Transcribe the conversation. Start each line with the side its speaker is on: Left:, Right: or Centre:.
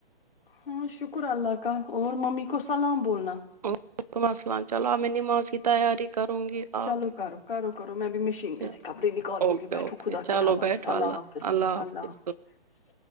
Left: ہاں شکر اللہ کا اور ممی کو سلام بولنا
Right: ولیکم السلام چلو آب میں نماز کی تیاری کروں گی
Left: چلو
Right: آپ بھی
Left: کرو کرو کرو میں بھی مشین میں
Right: چلو
Left: سے کپڑے نکالوں
Right: اوکے
Left: گی بیٹھو
Right: اوکے
Left: خدا
Right: چلو
Left: کے حوالے
Right: بیٹھو
Left: اللہ حافظ
Right: حافظ
Left: اللہ حافظ